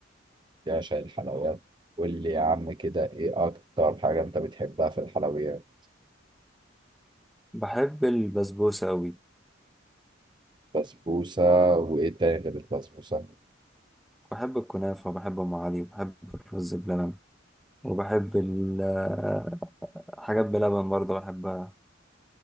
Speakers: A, on the right (about 25°); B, in the centre.
A: يا عشان الحلويات قول لي يا عم كده ايه اكتر حاجه انت بتحبها في الحلويات
B: بحب البسبوسه قوي
A: بسبوسه وايه تاني غير البسبوسه
B: بحب الكنافه وبحب ام علي وبحب الرز بلبن وبحب ال- آه، حاجات بلبن برضو بحبها